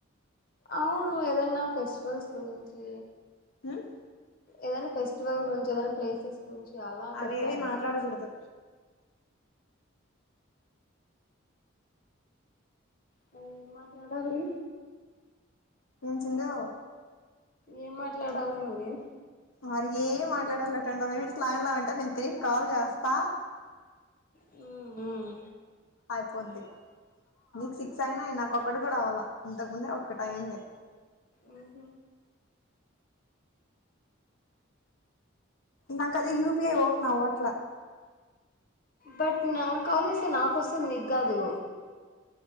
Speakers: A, on the left (about 45°); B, on the left (about 80°).
A: అవును ఏదన్నా ఫెస్టివల్స్ గురించి
B: ఉమ్
A: ఏదనా ఫెస్టివల్ గుం జదనా ప్లేసెస్ గురించి అలా
B: అవేవి
A: చెప్పారు
B: మాట్లాడకూడదు
A: అ మరి మాట్లాడాలి
B: ఏం చిందు
A: ఏం మాట్లాడాలి మళ్ళీ
B: మరి ఏం మాట్లాడాలిట్వంటవ్ మినిట్స్ లైన్ లా ఉంటే నేను తిరిగి కాల్ చేస్తా
A: హు హుమ్
B: అయిపోద్ది నీకు సిక్స్ అయినయి నా ఒక్కటి కూడా అవ్వాల ఇంతకుముందే ఒక్కటి అయింది
A: ఆ హ
B: నా కదే యుప్ పీఐ ఓపెన్
A: సో
B: అవ్వట్ల
A: బట్ నా కాల్ చేస్తే నాకు వస్తది నీగ్గాదు